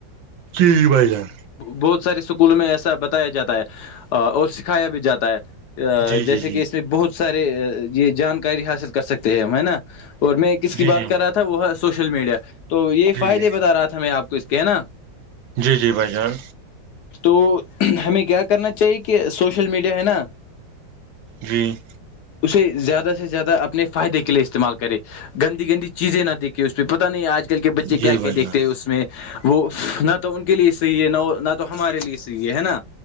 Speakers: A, on the right; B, on the left.
A: ک جی بھ جان
B: بہت سارے اسکولوں میں ایسا بتایا جاتا ہے اور سکھایا بھی جاتا ہے
A: جی
B: جیسے
A: جی جی
B: کہ اس میں بہت سارے یہ جانکاری حاصل کر سکتے ہیں ہم ہے نا اور میں کس کی
A: جی
B: بات
A: جی جی
B: کر رہا تھا وہ ہے سوشل میڈیا تو یہ
A: جی
B: فائدے بتا رہا تھا میں آپ کو کچھ کہناا
A: جی جی بھائی جان
B: تو ہمیں کیا کرنا چاہیے کہ سوشل میڈیا ہے نا
A: جی
B: اسے زیادہ سے زیادہ اپنے فائدے کے لیے استعمال کرے گندی گندی چیزیں نہ دیکھییں اس پہ پتا نہیں آج کل کے بچے
A: جی
B: کیا
A: بھائی
B: کیا دیکھتے
A: جان
B: ہیں اس میں وہ نہ تو ان کے لیے صحیح ہے نہ نہ تو ہمارے لیے صحیح ہے ہے نا